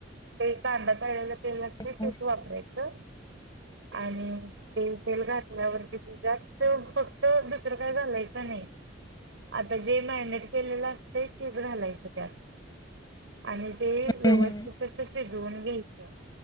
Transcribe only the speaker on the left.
हम्म
हम्म हम्म.